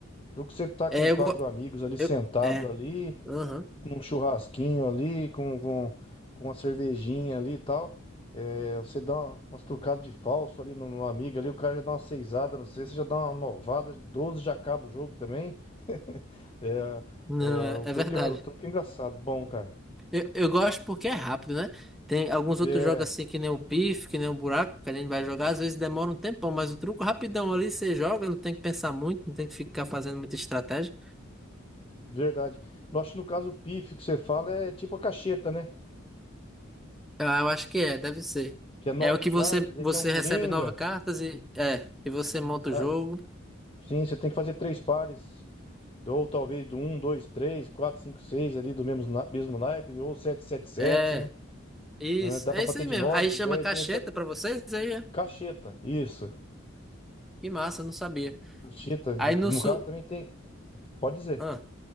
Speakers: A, on the left; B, in the centre.
A: O truco é você tá
B: É,
A: com quatro
B: eu, go-
A: amigos ali sentado
B: eu é.
A: ali,
B: Aham.
A: com um churrasquinho ali, com, com, com uma cervejinha ali e tal. É, você dá uma- umas trucadas de falso ali no, no amigo ali, o cara já dá uma seisada, não sei, você já dá uma novada de 12, já acaba o jogo também. <laughs> É,
B: Não, é,
A: é, o
B: é
A: truque
B: verdade.
A: é, o truque é engraçado, bom, cara.
B: Eu, eu gosto porque é rápido, né? Tem alguns
A: É.
B: outros jogos assim que nem o pif, que nem o buraco, que a gente vai jogar, às vezes demora um tempão, mas o truco rapidão ali você joga, não tem que pensar muito, não tem que ficar fazendo muita estratégia.
A: Verdade. Eu acho que no caso o pífio que você fala é tipo a cacheta, né?
B: Eu, eu acho que é, deve ser.
A: Que é nove
B: É o que
A: cartas,
B: você
A: daí
B: você
A: tem um coringa.
B: recebe nove cartas e é, e você monta
A: Ah,
B: o jogo.
A: sim, você tem que fazer três pares. Ou talvez do um, dois, três, quatro, cinco, seis ali do mesmo, na- mesmo naipe, ou sete, sete, sete,
B: É.
A: né?
B: Isso,
A: Ah, Dá
B: é
A: pra
B: isso
A: bater
B: aí
A: de
B: mesmo.
A: nove,
B: Aí
A: de
B: chama
A: dez.
B: cacheta
A: e Então,
B: pra vocês, aí é.
A: cacheta, isso.
B: Que massa, não sabia.
A: Cacheta.
B: Aí no
A: No
B: sul.
A: caso também tem. Pode dizer.
B: Ah,